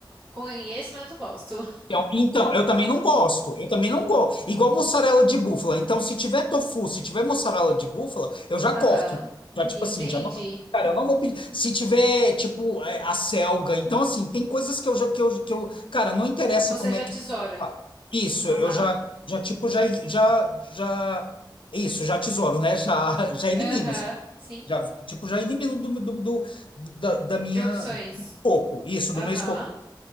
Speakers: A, on the right; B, on the left.
A: Conheço, mas não gosto.
B: Então, então, eu também não gosto. Eu também não gosto. Igual mussarela de búfala. Então, se tiver tofu, se tiver mussarela de búfala, eu já
A: Aham.
B: corto. Já, tipo
A: Entendi.
B: assim, já não. Cara, eu não vou pedir. Se tiver, tipo, eh, a selga. Então, assim, tem coisas que eu já. Que eu, que eu, cara, não interessa
A: Você
B: como
A: já
B: é
A: tesoura.
B: que. Ah, Isso,
A: Aham.
B: eu já, já tipo, já, já, já. Isso, já tesouro, né? Já, <laughs> já
A: Aham.
B: elimino.
A: Sim.
B: Já, tipo, já elimino do, do, do- da, da minha
A: De opções.
B: corpo, isso,
A: Aham.
B: do meu escopo.